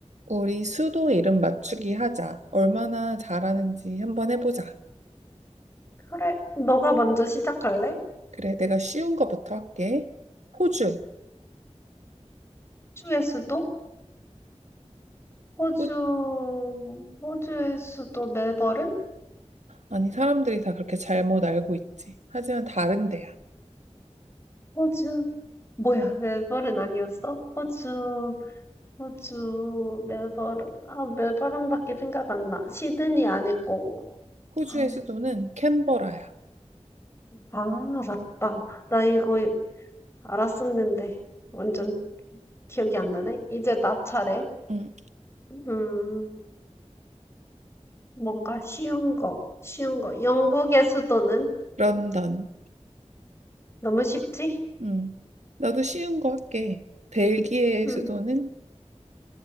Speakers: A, on the right (about 80°); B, on the left (about 20°).
A: 우리 수도 이름 맞추기 하자. 얼마나 잘하는지 한번 해보자.
B: 그래, 너가 먼저 시작할래?
A: 그래, 내가 쉬운 거부터 할게. 호주.
B: 호주의 수도? 호주,
A: 호...
B: 호주의 수도 멜버른?
A: 아니, 사람들이 다 그렇게 잘못 알고 있지. 하지만 다른 데야.
B: 호주, 뭐야, 멜버른 아니었어? 호주, 호주, 멜버른. 아, 멜버른밖에 생각 안 나. 시드니 아닐 거고.
A: 호주의
B: 아,
A: 수도는 캔버라야.
B: 아, 맞다. 나 이거 알았었는데 완전 기억이 안 나네. 이제 나 차례.
A: 응.
B: 음, 뭔가 쉬운 거, 쉬운 거. 영국의 수도는
A: 런던.
B: 너무 쉽지?
A: 응. 나도 쉬운 거 할게. 벨기에의
B: 음,
A: 수도는